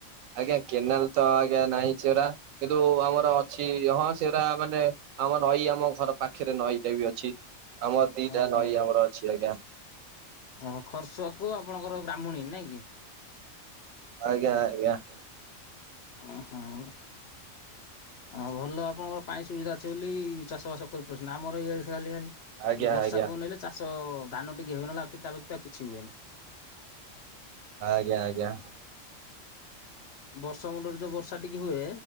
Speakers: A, on the right; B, on the left.
A: ଆଜ୍ଞା କେନାଲ୍ ତ ଆ ଆଜ୍ଞା ନାଇଁ ସେରା କିନ୍ତୁ ଆମର ଅଛି। ହଁ ସେଟା ମାନେ ଆମ ନଈ ଆମ ଘର ପାଖରେ ନଈଟା ବି ଅଛି। ଆମର ଦିଟା
B: ଓହୋ
A: ନଈ ଆମର ଅଛି ଆଜ୍ଞା।
B: ଓହୋ, ଖରସୁଆକୁ ଆପଣଙ୍କର ବ୍ରାହ୍ମଣୀ ନାଇଁ କି?
A: ଆଜ୍ଞା, ଆଜ୍ଞା।
B: ଅଁ, ହଁ। ହଁ ଭଲ ଆପଣଙ୍କର ପାଣି ସୁବିଧା ଅଛି ବୋଲି ଚାଷ ବାସ କରିପାରୁଛନ୍ତି, ଆମର ଇଆଡେ ଖାଲି ଖାଲି
A: ଆଜ୍ଞା
B: ବର୍ଷାକୁ
A: ଆଜ୍ଞା।
B: ଅନେଇଲେ ଚାଷ ଧାନ ଟିକେ ହୁଏ। ନହେଲେ ଆଉ କି ତା ବ୍ୟତୀତ ଆଉ କିଛି ହୁଏନି।
A: ଆଜ୍ଞା, ଆଜ୍ଞା।
B: ବର୍ଷ ମୁଣ୍ଡରେ ଯୋଉ ବର୍ଷା ଟିକେ ହୁଏ,